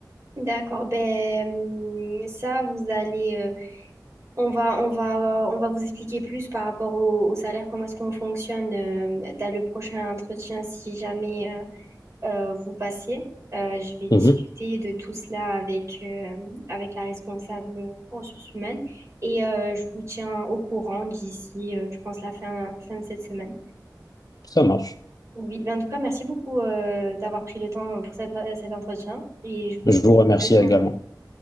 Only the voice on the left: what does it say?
Mhm.
ça marche.
Je
vous remercie
également.